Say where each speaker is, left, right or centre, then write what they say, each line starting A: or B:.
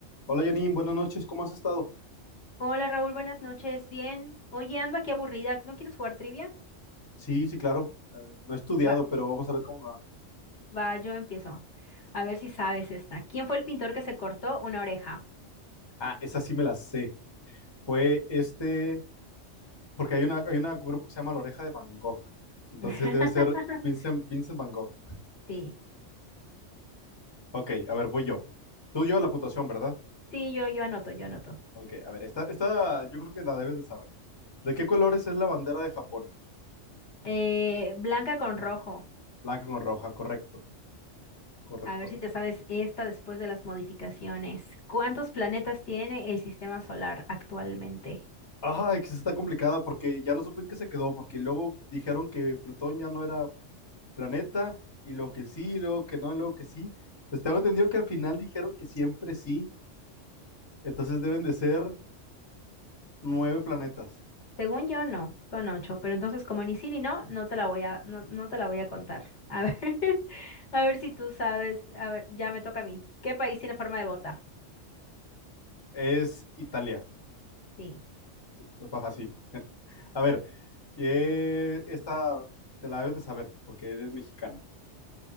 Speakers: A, on the left; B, on the left.
A: Hola Janine, buenas noches, ¿cómo has estado?
B: Hola Raúl, buenas noches. Bien. Oye, ando aquí aburrida. ¿No quieres jugar trivia?
A: Sí, sí, claro. Eh, no he estudiado,
B: Va,
A: pero vamos a ver cómo me va.
B: va, yo empiezo. A ver si sabes esta. ¿Quién fue el pintor que se cortó una oreja?
A: Ah, esa sí me la sé. Fue este, porque hay una, hay un grupo que se llama La Oreja de Van Gogh. Entonces
B: <laughs>
A: debe ser Vincent, Vincent Van Gogh.
B: Sí,
A: Ok, a ver, voy yo. Tú llevas la puntuación, ¿verdad?
B: sí, yo, yo anoto, yo anoto.
A: Ok, a ver, esta, esta yo creo que la debes de saber. ¿De qué colores es la bandera de Japón?
B: Eh, blanca con rojo.
A: Blanca con roja, correcto, correcto.
B: A ver si te sabes esta después de las modificaciones. ¿Cuántos planetas tiene el sistema solar actualmente?
A: Ay, que sí está complicada porque ya no supe en qué se quedó, porque luego dijeron que Plutón ya no era planeta, y lo que sí, y luego que no, y luego que sí. Pues tengo entendido que al final dijeron que siempre sí, entonces deben de ser nueve planetas.
B: Según yo, no, son ocho, pero entonces como ni sí ni no, no te la voy a, no, no te la voy a contar. A ver, <laughs> a ver si tú sabes, a ver, ya me toca a mí. ¿Qué país tiene forma de bota?
A: Es Italia,
B: Sí,
A: fue fácil. A ver, eh, esta te la debes de saber porque eres mexicana.